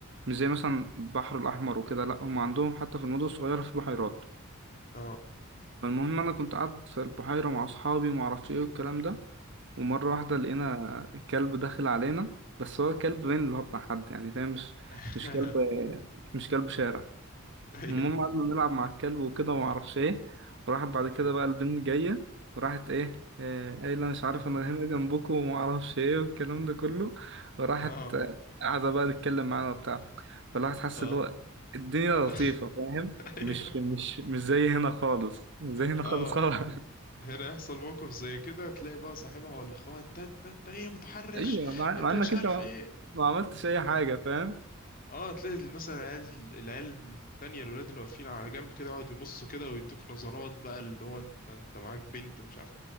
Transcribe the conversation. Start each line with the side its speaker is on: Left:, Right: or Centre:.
Right: مش زي مثلا البحر الأحمر وكده لأ هما عندهم حتى في المدن الصغيرة في بحيرات
Left: اه
Right: فالمهم أنا كنت قاعد في البحيرة مع أصحابي ومعرفش إيه والكلام ده ومرة واحدة
Left: امم
Right: لقينا كلب داخل علينا بس هو كلب باين اللي هو بتاع حد يعني فاهم مش
Left: <laughs>
Right: مش كلب مش كلب شارع
Left: ايوه
Right: المهم قعدنا نلعب مع الكلب وكده وما اعرفش ايه وراحت بعد كده
Left: امم
Right: بقى البنت جايه وراحت ايه آه، قايله مش عارف
Left: <laughs>
Right: انا هنا جنبكم وما اعرفش ايه والكلام ده كله وراحت
Left: اه
Right: آه، قاعده بقى تتكلم معانا وبتاع فالواحد حس
Left: اه
Right: اللي هو الدنيا
Left: <laughs>
Right: لطيفه فاهم
Left: ايوه
Right: مش مش مش زي هنا خالص مش زي هنا
Left: اه
Right: خالص خالص <laughs>
Left: هنا يحصل موقف زي كده تلاقي بقى صاحبها ولا اخوها انت انت انت ايه متحرش
Right: ايوه مع, مع
Left: انت
Right: انك
Left: مش عارف
Right: انت ما,
Left: ايه
Right: ما عملتش اي حاجه فاهم
Left: اه تلاقي مثلا العيال العيال التانية الولاد اللي واقفين على جنب كده يقعدوا يبصوا كده ويدوك نظرات بقى اللي هو انت انت معاك بنت ومش عارف